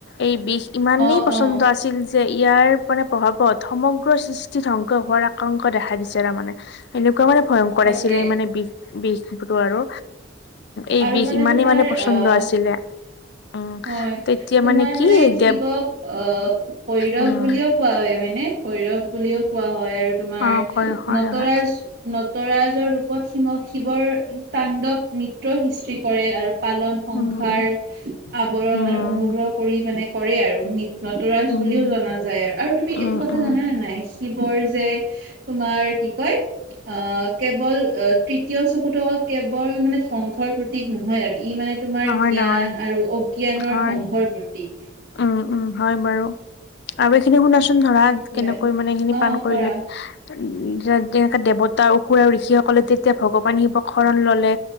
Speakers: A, on the left; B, on the right.
A: এই বিষ ইমানেই
B: অ', অ',
A: প্ৰচন্দ আছিল যে ইয়াৰ মানে প্ৰভাৱত সমগ্ৰ সৃষ্টি ধ্বংস হোৱাৰ আকাংক দেখা দিছে আৰু তাৰমানে। এনেকুৱা মানে ভয়ংকৰ
B: তাকে।
A: আছিলে মানে বি বিষটো আৰু এই
B: আৰু
A: বিষ ইমানেই
B: তোমাৰ
A: মানে প্ৰচন্দ
B: আহ
A: আছিলে। উম
B: হয়,
A: তেতিয়া
B: তোমাৰ
A: কি
B: মানে শিৱক
A: দেৱ
B: আহ ভৈৰৱ
A: উম
B: বুলিও কোৱা হয় হয়নে? ভৈৰৱ বুলিও কোৱা হয় আৰু তোমাৰ
A: অ কয় হয়
B: নটৰাজ
A: হয়
B: নটৰাজৰ ৰূপত শিৱ শিৱৰ তাণ্ডৱ নৃত্য সৃষ্টি কৰে। আৰু পালন সংসাৰ
A: উম।
B: আৱৰণ
A: উম,
B: আৰু অনুগ্ৰহ কৰি মানে কৰে আৰু নৃত্য। নটৰাজ
A: উম,
B: বুলিও জনা যায় আৰু। আৰু তুমি
A: উম,
B: এইটো কথা
A: উম,
B: জানা নে নাই? শিৱৰ যে তোমাৰ কি কয় অ' কেৱল অ' তৃতীয় চকুটো অকল কেৱল মানে ধ্বংসৰ প্ৰতীক নহয় আৰু ই মানে তোমাৰ
A: নহয়,
B: জ্ঞান
A: নহয়,
B: আৰু অজ্ঞানৰ
A: হয়।
B: ধ্বংসৰ প্ৰতীক।
A: উম, উম হয় বাৰু। আৰু এইখিনি শুনাচোন ধৰা
B: সেইটোৱে
A: কেনেকৈ মানে এইখিনি
B: অ
A: পান
B: অ
A: কৰিলে।
B: কৰা
A: উ যেনেকে দেৱতা অসুৰ আৰু ঋষিসকলে তেতিয়া ভগৱান শিৱক শৰণ ললে।